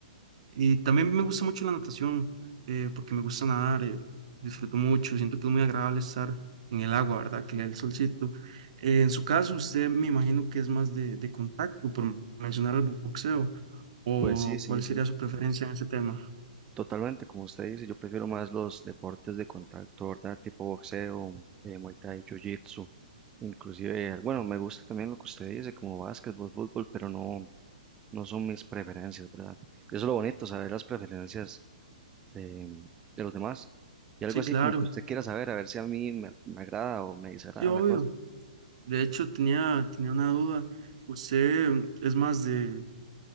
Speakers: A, on the right; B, on the right.
A: Y también me gusta mucho la natación, eh, porque me gusta nadar, eh, disfruto mucho, siento que es muy agradable estar en el agua, ¿verdad? Que le dé el solcito. Eh, en su caso, usted me imagino que es más de, de contacto, por mencionar el boxeo, o
B: pues sí, sí,
A: cuál
B: sí,
A: sería su preferencia en ese tema.
B: totalmente, como usted dice, yo prefiero más los deportes de contacto, ¿verdad? Tipo boxeo, eh, Muay Thai, Jiu-Jitsu, inclusive, bueno, me gusta también lo que usted dice, como básquetbol, fútbol, pero no, no son mis preferencias, ¿verdad? Y Eso es lo bonito, saber las preferencias de, de los demás. Y algo
A: Sí,
B: así
A: claro,
B: como que usted quiera saber, a ver si a mí me, me agrada o me desagrada
A: sí, obvio.
B: la cosa.
A: De hecho, tenía, tenía una duda. ¿Usted mm, es más de,